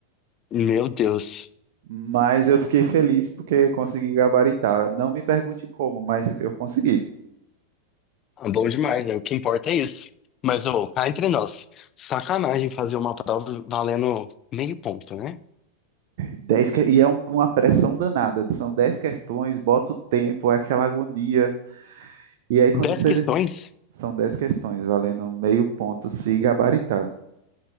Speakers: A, on the left; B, on the right.
A: Meu Deus,
B: Mas eu fiquei feliz porque consegui gabaritar. Não me pergunte como, mas eu consegui.
A: é bom demais, né? O que importa é isso. Mas, ô, cá entre nós, sacanagem fazer uma prova valendo meio ponto, né?
B: Dez que- E é um- uma pressão danada. São 10 questões, bota o tempo, é aquela agonia. E aí quando
A: Dez
B: você...
A: questões?
B: São 10 questões, valendo meio ponto se gabaritar.